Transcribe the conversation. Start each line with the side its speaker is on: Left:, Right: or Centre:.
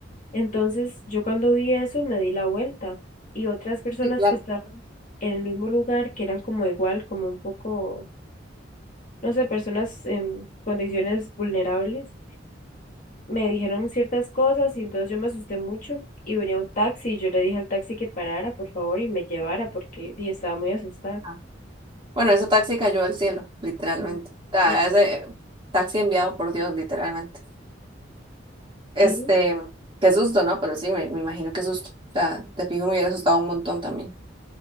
Left: Entonces, yo cuando vi eso me di la vuelta y otras personas
Right: Sí, claro.
Left: que estaban en el mismo lugar, que eran como igual, como un poco, no sé, personas en condiciones vulnerables, me dijeron ciertas cosas y entonces yo me asusté mucho y venía un taxi y yo le dije al taxi que parara, por favor, y me llevara porque di, estaba muy asustada.
Right: Ajá. Bueno, ese taxi cayó al cielo, literalmente.
Left: Sí,
Right: O sea,
Left: literal.
Right: ese eh, taxi enviado por Dios, literalmente. Este,
Left: Sí.
Right: qué susto, ¿no? Pero sí, me, me imagino qué susto. O sea, te fijo, me hubiera asustado un montón también.